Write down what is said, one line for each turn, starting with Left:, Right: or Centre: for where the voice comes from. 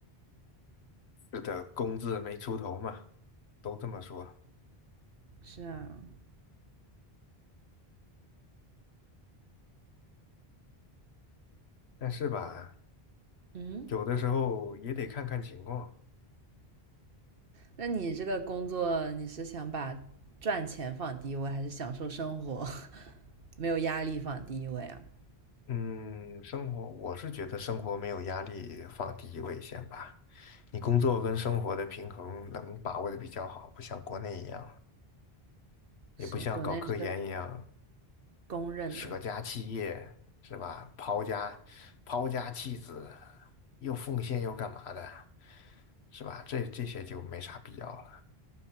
Left: 是的，工字没出头嘛，都这么说。
Right: 是啊，
Left: 但是吧，
Right: 嗯，
Left: 有的时候也得看看情况。
Right: 那你这个工作你是想把赚钱放第一位，还是享受生活 <laughs> 没有压力放第一位啊？
Left: 嗯，生活，我是觉得生活没有压力放第一位先吧。你工作跟生活的平衡能把握的比较好，不像国内一样，也不像搞科研一样
Right: 是，国内是公认的，
Left: 舍家弃业，是吧？抛家抛家弃子，又奉献又干嘛的，是吧？这这些就没啥必要了，